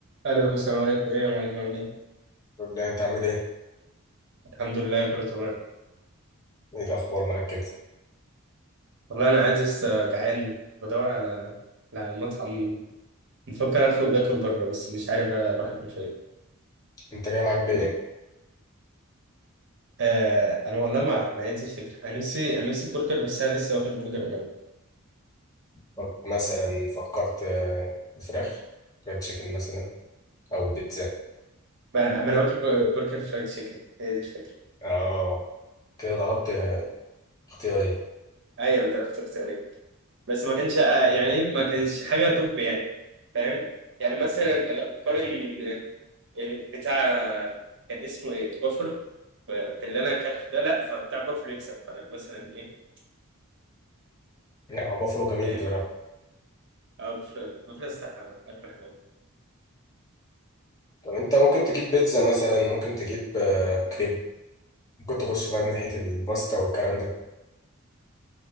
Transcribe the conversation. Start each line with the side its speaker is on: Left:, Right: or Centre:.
Right: الو السلام عليكم ايه يا معلم عامل ايه
Left: طب لا انت عامل ايه؟
Right: الحمد لله كله تمام
Left: ايه الاخبار معاك كده؟
Right: والله انا قاعد لسه جعان بدور على على مطعم بفكر اخرج اكل بره بس مش عارف اروح اكل فين
Left: انت جاي معاك بايه؟
Right: آه انا والله ما اعرف ما هي دي الفكره انا نفسي انا نفسي برجر بس انا لسه واكل برجر قريب
Left: طب مثلا فكرت آه، في فراخ فرايد تشيكن مثلا او بيتزا
Right: ما ما انا واكل بر- برجر فرايد تشيكن هي دي الفكره
Left: اه كده ضربت آه، اختيارين
Right: ايوه انا ضربت اختيارين بس ما كانش آه، يعني إيه، ما كانش حاجه توب يعني فاهم يعني مثلا لو بقارن بتاع كان اسمه ايه بافلو ب- باللي انا اكلته ده لا فبتاع بافلو يكسب فانا مثلا ايه
Left: يعني هو بافلو جميل
Right: فاهم
Left: بصراحه
Right: اه بافلو بافلو صح اكله حلو
Left: طب انت ممكن تجيب بيتزا مثلا ممكن تجيب آه، كريب ممكن تخش بقى من ناحيه الباستا والكلام ده